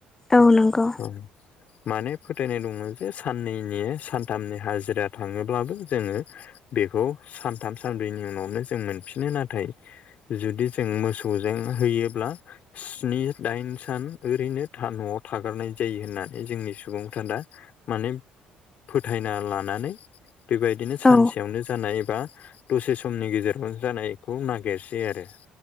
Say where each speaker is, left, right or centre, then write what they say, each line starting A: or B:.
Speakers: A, on the left (about 15°); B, on the left (about 60°).
A: औ नंगौ
B: औ माने फोथायनाय दङ जे साननैनि सानथामनि हाजिरा थाङोब्लाबो जोङो बेखौ सानथाम सानब्रैनि उनावनो जों मोनफिनो नाथाय जुदि जों मोसौजों होयोब्ला स्नि दाइन सान ओरैनो न'आव थागारनाय जायो होननानै जोंनि सुबुंफ्रा दा माने फोथायना लानानै बेबायदिनो सानसेयावनो
A: औ
B: जानाय एबा दसे समनि गेजेरावनो जानायखौ नागिरसै आरो।